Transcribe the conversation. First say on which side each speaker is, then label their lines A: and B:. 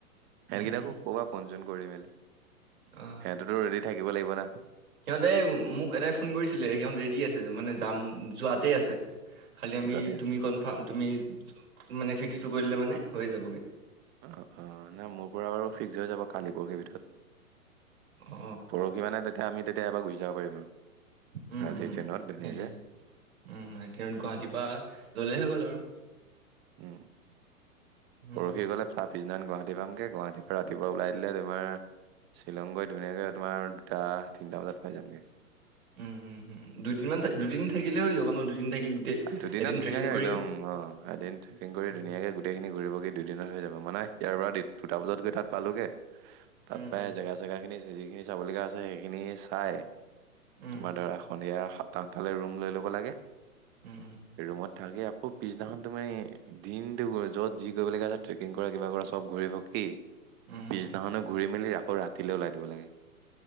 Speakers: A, on the right (about 25°); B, on the right (about 70°).
A: সিহঁকেইটাকো
B: উম
A: কবা ফোন চোন কৰি মেলি সিহঁততো
B: অ
A: ৰেডি থাকিব লাগিব না
B: সিহঁতে মোক এটাই ফোন কৰিছিলে সিহঁত ৰেডি আছে মানে যাম যোৱাতে আছে খালি আমি
A: যথেষ্ট
B: তুমি কনফাৰ্ম তুমি মানে ফিক্সটো কৰি দিলে মানে হৈ যাবগৈ
A: অ অঁ নাই মোৰ পৰা বাৰু ফিক্স হৈ যাব কালি পৰহি ভিতৰত
B: অ
A: পৰহি মানে তেতিয়া আমি তেতিয়া এবাৰ গুচি যাব পাৰিম আৰু
B: উম
A: ৰাতি
B: উম
A: ট্ৰেইনত ধুনীয়াকে
B: সেইটো উম একদিন গুৱাহাটীৰ পৰা ললে হৈ গ'ল আৰু
A: উম
B: আৰু
A: পৰহি গলে ত পিছদিনা গুৱাহাটী পামগে গুৱাহাটীৰ পৰা ৰাতিপুৱা ওলাই দিলে তোমাৰ শ্বিলং গৈ ধুনীয়াকৈ তোমাৰ দুটা তিনিটা বজাত পাই যামগৈ
B: উম উম দুদিনমান থ দুদিন থাকিলে হৈ যাব ন দুদিন থাকি গোটেই
A: দুদিনত
B: এদিন
A: ধুনীয়াকে
B: ট্ৰেকিং কৰিম।
A: একদম অ এদিন ট্ৰেকিং কৰি
B: উম,
A: ধুনীয়াকে গোটেই খিনি ঘূৰিব কি দু দু দিনত হৈ যাব মানে ইয়াৰ পৰা দুটা বজাত গৈ তাত পালোগে তাত
B: উম,
A: পায়
B: উম,
A: জেগা চেগা খিনি যিখিনি চাবলগা আছে সেইখিনি চাই
B: উম,
A: তোমাৰ ধৰা সন্ধিয়া সাতটা আঠাটালে ৰুম লৈ ল'ব লাগে
B: উম, উম,
A: ৰুমত থাকি আকৌ পিছদিনাখন তো মানে দিনটো য'ত যি কৰিবলগীয়া আছে ট্ৰেকিং কৰা কিবা কৰা চব ঘূৰি পকি
B: উম, উম।
A: পিছদিখনো ঘূৰি মেলি আকৌ ৰাতিলৈ ওলাই দিব লাগে